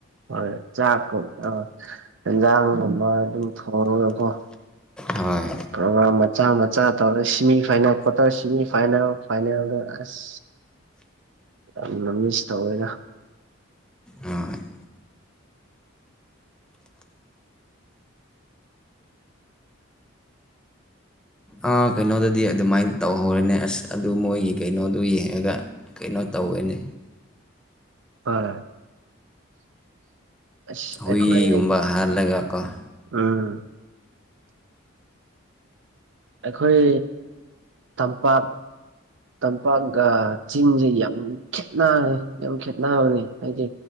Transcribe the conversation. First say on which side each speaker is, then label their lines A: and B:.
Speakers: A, on the right (about 60°); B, in the centre.
A: ꯍ ꯆꯥꯛꯨꯝ ꯑꯟꯖꯥꯡꯒꯨꯝꯕ ꯑꯗꯨꯝ ꯊꯣꯡꯉꯉꯣ
B: ꯍꯣꯏ
A: ꯄ꯭ꯔꯣꯒꯝ ꯃꯆꯥ ꯃꯆꯥ ꯁꯤꯃꯤ ꯐꯥꯏꯜ ꯀꯠꯇ ꯁꯤꯃꯤ ꯐꯥꯏꯜ ꯐꯥꯏꯅꯦꯜꯗ ꯑꯁ ꯌꯥꯝꯅ ꯃꯤꯁ ꯇꯧꯋꯦꯔ
B: ꯑꯝ ꯑꯥ ꯀꯩꯅꯣꯗꯗꯤ ꯑꯗꯨꯃꯥꯏꯅ ꯇꯧꯍꯧꯔꯅꯦ ꯑꯁ ꯑꯗꯨ ꯃꯣꯏꯒꯤ ꯀꯩꯅꯣꯗꯨ ꯌꯦꯡꯉꯒ ꯀꯩꯅꯣ ꯇꯧꯑꯅꯦ
A: ꯑ ꯑꯁ
B: ꯍꯨꯏꯒꯨꯝꯕ
A: ꯑꯩꯈꯣꯏ
B: ꯍꯥꯠꯂꯒꯀꯣ
A: ꯎꯝ ꯑꯩꯈꯣꯏ ꯇꯝꯄꯥꯛ ꯇꯝꯄꯥꯛꯒ ꯆꯤꯡꯁꯦ ꯌꯥꯝ ꯈꯦꯠꯅꯔꯦ ꯌꯥꯝ ꯈꯦꯠꯅꯕꯅꯤ ꯍꯥꯏꯗꯤ